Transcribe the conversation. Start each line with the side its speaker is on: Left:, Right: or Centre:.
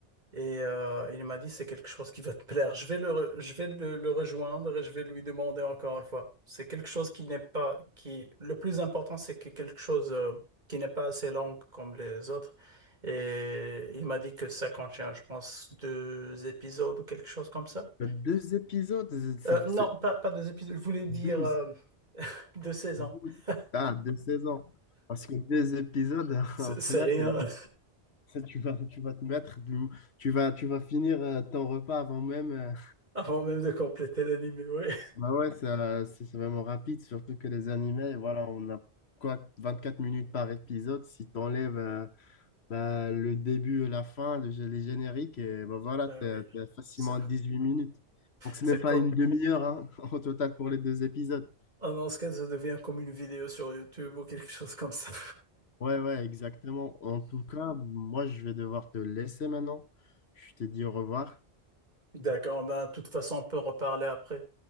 Right: Et euh, il m'a dit, c'est quelque chose qui va te plaire. Je vais le, re- je vais le, le rejoindre et je vais lui demander encore une fois. C'est quelque chose qui n'est pas, qui, le plus important, c'est que quelque chose euh, qui n'est pas assez long comme les autres. Et il m'a dit que ça contient, je pense, deux épisodes ou quelque chose comme ça.
Left: Il y a Deux épisodes, c'est c'est-
Right: Euh, non,
Left: c'est
Right: pas, pas deux épisodes, je voulais dire
Left: 12,
Right: euh, deux saisons.
Left: 12.
Right: <laughs>
Left: Ah, deux saisons. Parce que deux épisodes, <laughs>
Right: C'est c'est
Left: là,
Right: rien,
Left: c'est, c'est- tu vas, tu vas te mettre, du- tu vas, tu vas finir euh, ton repas avant même. euh,
Right: <laughs> avant même de compléter l'anime, oui.
Left: Bah ouais, ça, c'est c'est vraiment rapide, surtout que les animés, voilà, on a quoi, 24 minutes par épisode. Si t'enlèves euh, bah, le début et la fin, le, gé- les génériques, et bah voilà,
Right: Ben
Left: t'es,
Right: oui.
Left: t'es facilement
Right: C'est
Left: à huit minutes. Donc c'est
Right: c'est
Left: même pas
Right: comme.
Left: une demi-heure hein, <laughs> au total pour les deux épisodes.
Right: Ah non, ce cas, ça devient comme une vidéo sur YouTube ou quelque chose comme ça.
Left: Ouais, ouais, exactement. En tout cas, moi, je vais devoir te laisser maintenant. Je te dis au revoir.
Right: <laughs> D'accord, ben, de toute façon, on peut reparler après.